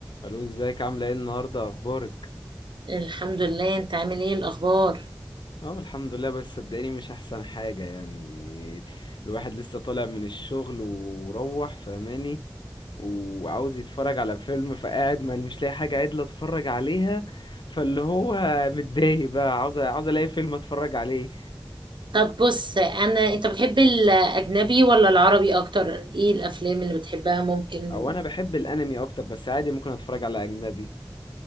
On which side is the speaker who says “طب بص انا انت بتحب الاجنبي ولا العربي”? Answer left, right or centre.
Right